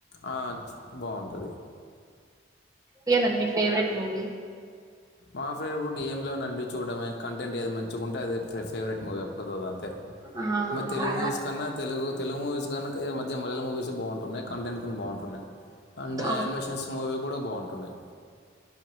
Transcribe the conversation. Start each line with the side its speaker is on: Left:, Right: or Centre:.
Left: ఆ బాగుంటది
Right: ఇదే నా మీ ఫేవరెట్ మూవీ
Left: మా ఫేవరెట్ ఏం లోనండి చూడమే కంటెంట్ ఏది మంచిగా ఉంటే అదే ఫేవరెట్ మూవీ అయిపోతది అంతే
Right: ఆ అవును
Left: మ తెలుగు మూవీస్ కన్నా తెలుగు తెలుగు మూవీస్ కన్నా ఈ మద్య మలయాళం మూవీస్ బాంటన్నాయి కంటెంట్ బాగుంటున్నాయి అండ్
Right: అవును
Left: ఆనిమేషన్స్ మూవీ కూడా బాగుంటున్నాయి.